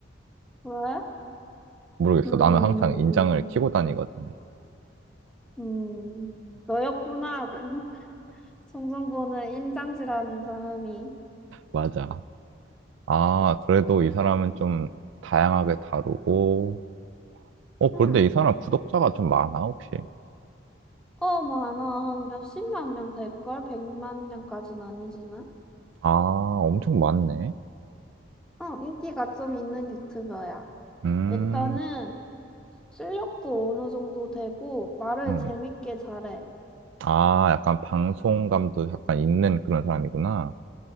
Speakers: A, in the centre; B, on the right.
A: 왜?
B: 모르겠어.
A: 음,
B: 나는 항상 인장을 키고 다니거든.
A: 음, 너였구나. <laughs> 그 송정보는 인장질하는 사람이.
B: 맞아. 아, 그래도 이 사람은 좀 다양하게 다루고, 어,
A: 응,
B: 그런데 이 사람 구독자가 좀 많아, 혹시?
A: 어, 많아. 한 몇십만 명 될걸? 백만 명까지는 아니지만.
B: 아, 엄청 많네.
A: 어, 인기가 좀 있는 유튜버야.
B: 음,
A: 일단은 실력도 어느 정도 되고, 말을
B: 음.
A: 재밌게 잘해.
B: 아, 약간 방송감도 약간 있는 그런 사람이구나.